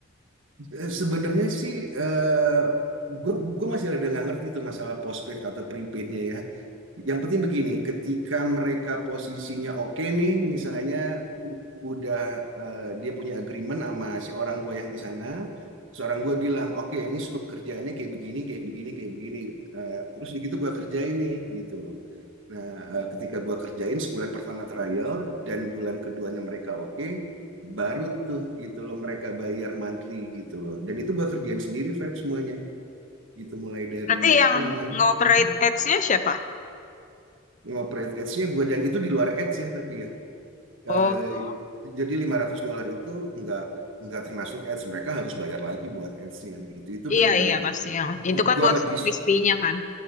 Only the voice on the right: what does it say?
eh, Sebenarnya sih eh gue gue masih rada nggak ngerti tuh masalah postpaid atau prepaidnya ya. Yang penting begini, ketika mereka posisinya oke nih, misalnya u- udah eh, dia punya agreement sama si orang gue yang di sana, seorang orang gue bilang, oke ini scope kerjaannya kayak begini, kayak begini, kayak begini, Eh, terus udah gitu gue kerjain nih gitu loh. Nah, eh, ketika gue kerjain sebulan pertama trial dan bulan keduanya mereka oke, baru tuh gitu loh mereka bayar monthly gitu loh dan itu gua kerjain sendiri Feb semuanya gitu mulai dari
apa namanya
mhm,
ngoperate ads-nya gua dan itu di luar ads ya tapi ya Eh,
jadi 500 dolar itu nggak nggak termasuk ads mereka harus bayar lagi buat ads-nya gitu itu
bener-bener
gu-
gua
ngedis